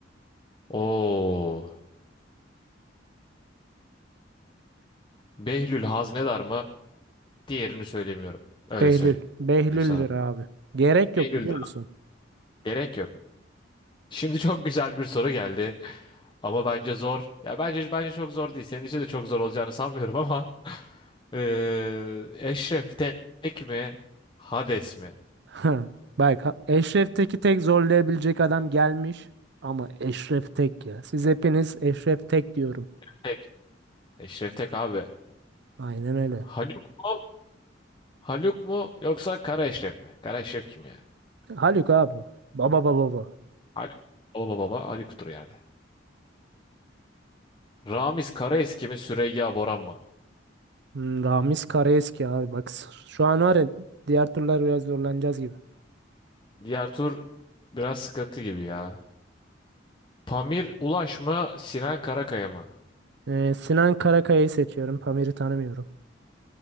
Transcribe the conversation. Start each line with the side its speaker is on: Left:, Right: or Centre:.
Left: Oo. Behlül Haznedar mı? Diğerini söylemiyorum. Öyle
Right: Behlül.
Left: söyleyeyim
Right: Behlül'dür
Left: sana.
Right: abi. Gerek yok
Left: Behlül'dür.
Right: biliyor musun?
Left: Gerek yok. Şimdi çok güzel bir soru geldi. Ama bence zor. Ya bence bence çok zor değil. Senin için de çok zor olacağını sanmıyorum ama <laughs> eee Eşref Tek mi? Hades mi?
Right: <laughs> Bak ha- Eşref Tek'i tek zorlayabilecek adam gelmiş. Ama Eşref Tek ya. Siz hepiniz Eşref Tek diyorum.
Left: Tek. Eşref Tek abi.
Right: Aynen öyle.
Left: Haluk mu? Haluk mu yoksa Kara Eşref mi? Kara Eşref kim ya?
Right: Haluk abi. Baba baba baba.
Left: Haluk. Baba baba Haluk'tur yani. Ramiz Karaeski mi Süreyya Boran mı?
Right: Hmm, Ramiz Karaeski abi. Bak s- şu an var ya diğer turlar biraz zorlanacağız gibi.
Left: Diğer tur biraz sıkıntı gibi ya. Pamir Ulaş mı Sinan Karakaya mı?
Right: Ee, Sinan Karakaya'yı seçiyorum. Pamir'i tanımıyorum.